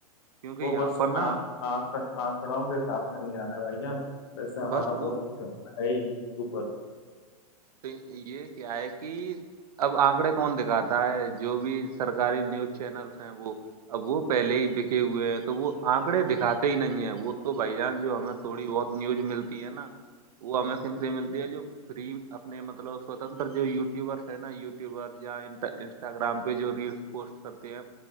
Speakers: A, on the right; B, on the left.
A: کیونکہ
B: وہ
A: یہاں
B: بس
A: پر نا
B: آھ آھ <unintelligible> آنکڑوں کے حساب سے نہیں آ رہا ہے بھائی جان ویسے ہمارا
A: بس وہ
B: مکت ہے اوپر
A: تو یہ کیا ہے کہ اب آنکڑے کون دکھاتا ہے جو بھی سرکاری نیوز چینلس ہیں وہ اب وہ پہلے ہی بکھے ہوئے ہیں تو وہ آنکڑے دکھاتے ہی نہیں ہے وہ تو بائی جانس جو ہمیں <unintelligible> تھوڑی بہت نیوز ملتی ہے نا وہ ہمیں کن سے ملتی ہے جو فری اپنے مطلب سوتنر جو یوٹیوبرس ہیں نا یوٹیوبرس یا ان انسٹاگرام پہ جو ریلس <unintelligible> پوسٹ کرتے آپ